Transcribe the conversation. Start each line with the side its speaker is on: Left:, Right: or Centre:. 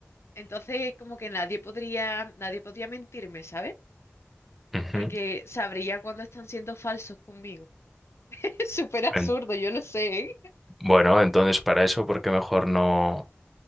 Left: Entonces, como que nadie podría, nadie podría mentirme, ¿sabes?
Centre: Ujú.
Left: porque sabría cuando están siendo falsos conmigo. <laughs> Es súper absurdo,
Centre: En-
Left: yo lo sé, ¿eh?
Centre: bueno, entonces para eso, ¿por qué mejor no,